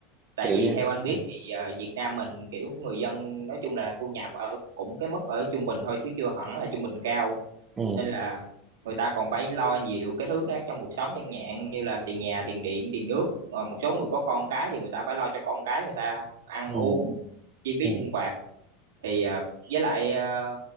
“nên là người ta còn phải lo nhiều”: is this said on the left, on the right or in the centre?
Right